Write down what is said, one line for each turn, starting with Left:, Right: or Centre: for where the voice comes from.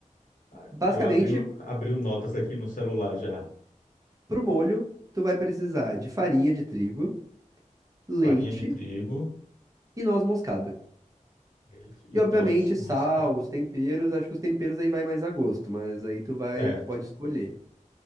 Left: ah,
Right: Basicamente,
Left: eu abri, o- abri o notas aqui no celular já.
Right: pro molho, tu vai precisar de farinha de trigo, leite
Left: Farinha de trigo,
Right: e noz moscada.
Left: leite
Right: E
Left: e
Right: obviamente
Left: noz
Right: sal,
Left: moscada.
Right: os temperos, acho que os temperos aí vai mais a gosto, mas aí tu vai,
Left: Certo.
Right: tu pode escolher.